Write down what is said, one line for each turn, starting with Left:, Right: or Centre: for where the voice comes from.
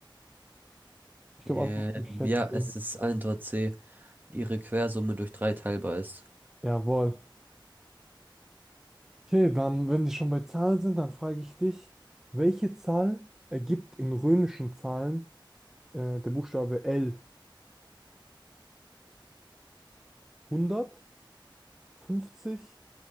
Centre: Ich
Right: Ähm,
Centre: glaube, Antwortmöglichkeit
Right: ja,
Centre: C.
Right: es ist Antwort C, ihre Quersumme durch drei teilbar ist.
Centre: Jawohl. Okay, dann, wenn wir schon bei Zahlen sind, dann frage ich dich, welche Zahl ergibt in römischen Zahlen äh, der Buchstabe L? Hundert, fünfzig,